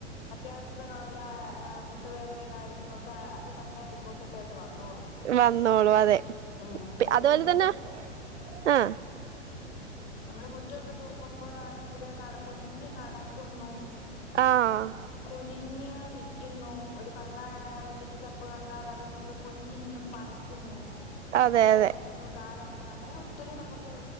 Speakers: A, on the left; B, on the right.
A: അത്യാവിശ്യത്തിനുള്ള ഏം മുട്ട് വേദനയും കാര്യങ്ങളും ഒക്കെ അത് തന്നെ ഡിപ്പോസിറ്റ് ആയിട്ട് വന്നോളും
B: വന്നോളും അതെ
A: ഉം ഒരു
B: അതുപോലെ
A: മുറ്റം
B: തന്നെ ആഹ്
A: നമ്മള് മുറ്റൊവൊക്കെ തൂക്കുമ്പഴാണെങ്കിലും നട കുനിഞ്ഞു നടക്കുന്നു
B: ആഹ്
A: കുനിഞ്ഞ് നിക്കുന്നു ഒരു പള്ള മിറ്റത്ത് ചപ്പ് കണ്ടാൽ അത് നമ്മള് കുനിഞ്ഞ് നിന്ന് പറിക്കുന്നു
B: അതെ
A: കൈ
B: അതെ
A: അനങ്ങുന്നു കാല് അനങ്ങ്ന്ന് അങ്ങനെ ഒത്തിരി നമുക്ക്